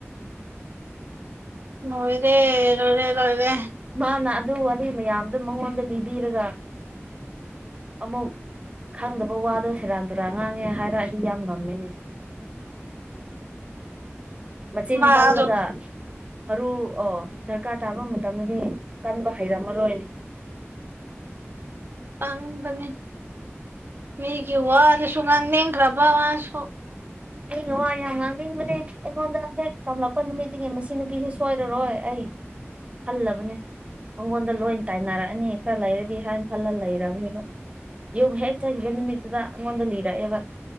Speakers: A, on the right (about 50°); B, on the right (about 25°).
A: ꯅꯣꯏꯗꯦꯣꯏꯦ ꯂꯣꯏꯗꯦ
B: ꯃꯥꯅ ꯑꯗꯨ ꯋꯥꯔꯤ ꯃꯌꯥꯝꯗꯨ ꯃꯉꯣꯟꯗ ꯂꯤꯕꯤꯔꯒ ꯑꯃꯨꯛ ꯈꯪꯗꯕ ꯋꯥꯗꯣ ꯁꯦꯔꯥꯟ ꯇꯨꯔꯥꯟ ꯉꯥꯡꯉꯦ ꯍꯥꯏꯔ ꯑꯩꯗꯤ ꯌꯥꯝ ꯉꯝꯃꯤꯅꯦ ꯃꯆꯤꯟ
A: ꯃꯥꯁꯨ
B: ꯀꯜꯂꯒ ꯃꯔꯨ ꯑꯣ ꯗꯔꯀꯥꯔ ꯇꯥꯕ ꯃꯇꯝꯗꯗꯤ ꯀꯟꯕ ꯍꯩꯔꯝꯃꯔꯣꯏꯅꯦ
A: ꯄꯥꯡꯕꯅꯤ ꯃꯤꯒꯤ ꯋꯥꯗꯨꯁꯨ ꯉꯥꯡꯅꯤꯡꯈ꯭ꯔꯕ ꯃꯥꯁꯨ
B: ꯑꯩꯩꯅ ꯋꯥ ꯌꯥꯝ ꯉꯥꯡꯅꯤꯡꯕꯅꯦ ꯑꯩꯉꯣꯟꯗ ꯍꯦꯛ ꯇꯝꯂꯛꯄ ꯅꯨꯃꯤꯠꯇꯨꯒꯤ ꯃꯁꯤ ꯅꯨꯄꯤꯁꯦꯁꯨ ꯁꯣꯏꯔꯔꯣꯏ ꯑꯩ ꯍꯜꯂꯕꯅꯦ ꯑꯩꯪꯒꯣꯟꯗ ꯂꯣꯏ ꯇꯥꯏꯅꯔꯛꯑꯅꯤ ꯈꯔ ꯂꯩꯔꯗꯤ ꯍꯥꯏꯅ ꯈꯜꯂ ꯂꯩꯔꯕꯅꯤꯕ ꯌꯣꯕ ꯍꯆꯈꯤꯕ ꯅꯨꯃꯤꯠꯇꯗ ꯑꯩꯉꯣꯟꯗ ꯂꯩ ꯏꯔꯛꯑꯦꯕ